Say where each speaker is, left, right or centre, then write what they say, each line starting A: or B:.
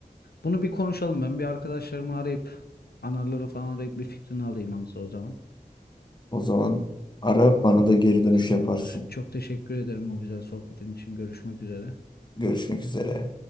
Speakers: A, on the left; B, on the left.
A: Bunu bir konuşalım. Ben bir arkadaşlarımı arayıp, anarları falan arayıp bir fikrini alayım Hamza o zaman.
B: o zaman ara bana da geri dönüş
A: Tamamdır.
B: yaparsın.
A: Çok teşekkür ederim bu güzel sohbetin için. Görüşmek üzere.
B: Görüşmek üzere.